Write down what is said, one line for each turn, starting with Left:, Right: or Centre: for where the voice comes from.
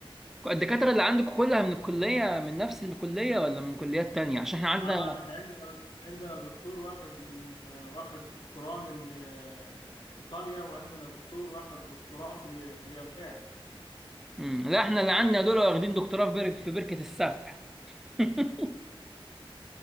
Centre: الدكاتره اللي عندكم كلها من الكليه من نفس الكليه ولا من كليات تانية عشان احنا عندنا
Left: لا لا ده احنا عندنا عندنا دكتور واخد م- واخد دكتوراه من آه، إيطاليا وعندنا دكتور واخد دكتوراه في الي- في اليابان
Centre: امم لا احنا اللي عندنا دول واخدين دكتوراه في بر- في بركه السبع <laughs>